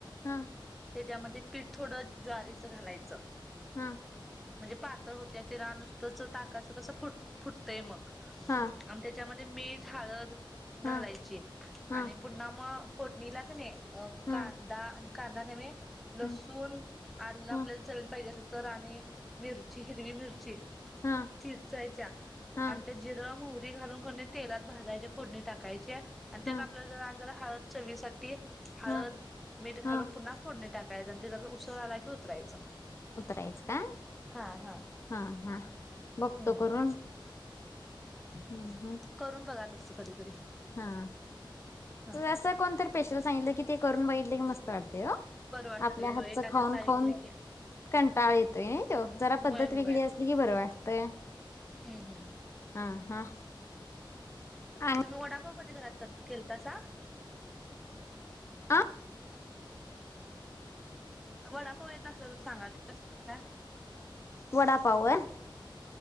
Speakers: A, on the left (about 30°); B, in the centre.
A: हा
B: त्याच्यामध्ये पीठ थोडं ज्वारीचं घालायचं
A: हम
B: म्हणजे पातळ होत्या ते रा नुसतच ताकाचं कसं, फुट फुटतंय मग
A: हा
B: आ म त्याच्यामध्ये मीठ, हळद
A: हा
B: घालायची
A: हा
B: आणि पुन्हा मग फोटणी ला कणी अ
A: हा
B: कांदा, कांदा नव्हे लसूण,
A: ह
B: आलं आपल्याला
A: ह
B: चवीला पाहिजे अस तर आणि मिरची, हिरवी मिरची
A: हा
B: चेचायच्या
A: हा
B: आणि त्या जिर - मोहरी घालून कर तेलात भाजायच्या, फोडणी टाकायची. आणि त्यात
A: हा
B: आपल्या जर जरा हळद चवीसा डी हळद,
A: हा
B: मीठ घालून
A: हा
B: पुन्हा फोडणी टाकायचं आणि तेज उसळ आला की उतरायचं.
A: उतरायचं का
B: हा हा.
A: हा हा बघतो
B: हम्म
A: करून. हम्म हम्म
B: करून बघा अस कधीतरी
A: हा
B: हा.
A: अस कोणत स्पेशल सांगितलं की ते करून बघितलं की मस्त आपल्या
B: बरं वाटतंय
A: हातच
B: होय एखाद्याच
A: खाऊन
B: ऐकलं
A: खाऊन
B: की
A: कंटाळ येतोय नाही तो जरा
B: होय
A: पद्धत
B: होय.
A: वेगळी असली कि बर वाटतय
B: हम्म हम्म.
A: हा हा आणि
B: तुम्ही वडापाव कधी घरात केलात
A: आ
B: वडापाव येत असला तर सांगा की कस करता
A: वडा पाव आहे